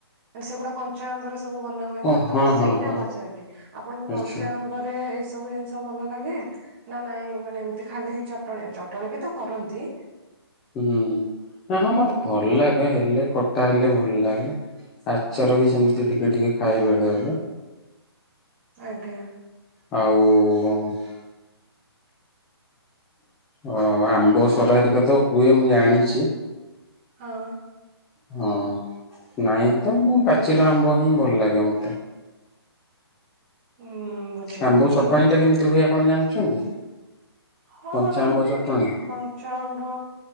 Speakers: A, on the right (about 25°); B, in the centre.
A: ମାନେ ସେଗୁଡାକ କଞ୍ଚା ଆମ୍ବରେ ସବୁ ବନା ହୁଏ ନା
B: ଓ
A: ତ
B: ହଁ
A: ମୁଁ ସେଇଟା
B: ହଁ ହଁ
A: ପଚାରିଲି ଆପଣଙ୍କୁ
B: ଆଚ୍ଛା
A: କଞ୍ଚା ଆମ୍ବରେ ଏଇ ସବୁ ଜିନିଷ ତ ଭଲ ଲାଗେ ନା ନାଇଁ ମାନେ ଏମିତି ଖାଲି ହିଁ ଚଟଣି ଚଟଣି ବି ତ କରନ୍ତି।
B: ହୁଁ ନା ହଁ ମତେ ଭଲ ଲାଗେ ହେଲେ ଖଟା ହେଲେ ଭଲ ଲାଗେ। ଆଚାର
A: ଆଜ୍ଞା
B: ବି ସେମିତି ଟିକେ ଟିକେ ଖାଏ ବେଳେବେଳେ
A: ଆଜ୍ଞା
B: ଆଉ ହଁ ଆମ୍ବ ସରା ଏରିକା ତ ହୁଏ ମୁଁ ଜାଣିଛି।
A: ହଁ
B: ହଁ ନାଇଁ ତ ମୁଁ ପାଚିଲା ଆମ୍ବ ହିଁ ଭଲ ଲାଗେ ମତେ
A: <inaudible> ବୁଝିଲି
B: ଆମ୍ବ ଚଟଣୀ ଟା କେମିତି ହୁଏ ଆପଣ ଜାଣିଛନ୍ତି?
A: ହଁ
B: କଞ୍ଚା ଆମ୍ବ ଚଟଣି
A: ଉଁ କଞ୍ଚା ଆମ୍ବ